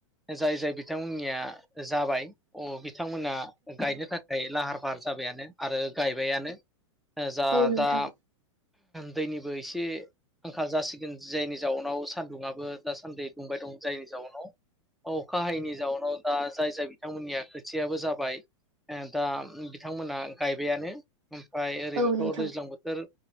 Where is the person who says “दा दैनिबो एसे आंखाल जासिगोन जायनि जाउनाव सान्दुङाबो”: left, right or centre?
Centre